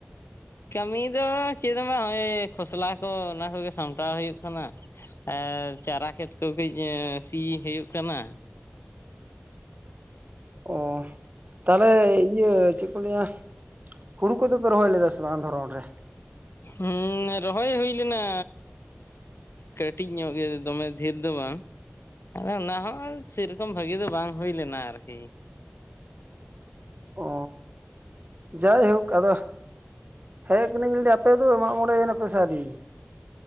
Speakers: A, on the left; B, on the right.
A: ᱠᱟᱹᱢᱤ ᱫᱚ ᱪᱮᱫ ᱵᱟᱝ ᱱᱚᱜᱼᱚᱭ ᱠᱷᱚᱥᱞᱟ ᱠᱚ ᱚᱱᱟ ᱠᱚᱜᱮ ᱥᱟᱢᱴᱟᱣ ᱦᱩᱭᱩᱜ ᱠᱟᱱᱟ ᱟᱨ ᱪᱟᱨᱟ ᱠᱷᱮᱛ ᱠᱚ ᱠᱟᱹᱡ ᱥᱤ ᱦᱩᱭᱩᱜ ᱠᱟᱱᱟ
B: ᱚ ᱛᱟᱦᱚᱞᱮ ᱤᱭᱟᱹ ᱪᱮᱫ ᱠᱚ ᱞᱟᱹᱭᱟ ᱦᱩᱲᱩ ᱠᱚᱫᱚ ᱯᱮ ᱨᱚᱦᱚᱭ ᱞᱮᱫᱟ ᱥᱮ ᱵᱟᱝ ᱫᱷᱚᱨᱚᱱ ᱨᱮ
A: ᱦᱮᱸ ᱨᱚᱦᱚᱭ ᱦᱩᱭ ᱞᱮᱱᱟ ᱠᱟᱹᱴᱤᱡ ᱧᱚᱜ ᱜᱮ ᱫᱚᱢᱮ ᱰᱷᱮᱨ ᱫᱚ ᱵᱟᱝ ᱚᱱᱟ ᱦᱚᱸ ᱥᱮᱨᱚᱠᱚᱢ ᱵᱷᱟᱹᱜᱤ ᱫᱚ ᱵᱟᱝ ᱦᱩᱭ ᱞᱮᱱᱟ ᱟᱨᱠᱤ
B: ᱚ ᱡᱟᱭᱦᱳᱠ ᱟᱫᱚ ᱦᱮᱡ ᱠᱟᱹᱱᱟᱹᱧ ᱞᱟᱹᱭᱟᱹᱫᱟ ᱟᱯᱮ ᱫᱚ ᱢᱟᱜ ᱢᱚᱬᱮᱭᱮᱱᱟᱯᱮ ᱥᱮ ᱟᱹᱣᱨᱤ